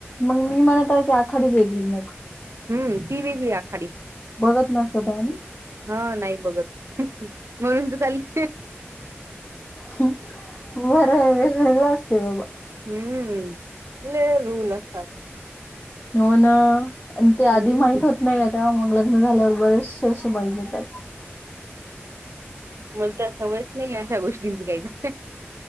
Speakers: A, on the left; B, on the right.
A: मग मी म्हणत आहे. ती आखाडी वेगळी मग.
B: हम्म. ती वेगळी आखाडी.
A: बघत नसतय का ना.
B: हा नाही बघत, म्हणून तर चालली अहं.
A: बरं आहे वेगवेगळ असते बाबा.
B: हम्म, लय रूल असतात.
A: हो ना, आणि ते
B: हम्म
A: आधी माहित होत नाहीयेत. तेव्हा मग लग्न झाल्यावर बरेचसे आसे बॉईज येतात.
B: मग तर सवयच नाही अशा गोष्टींची काही.